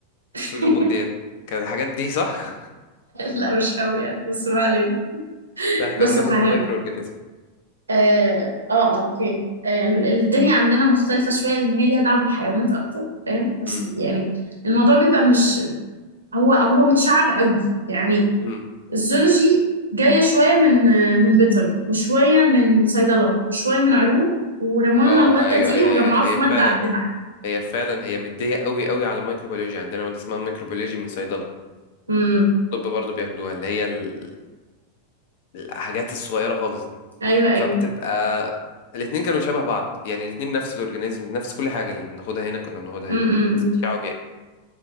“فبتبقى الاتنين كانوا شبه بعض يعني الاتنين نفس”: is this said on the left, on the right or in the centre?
Left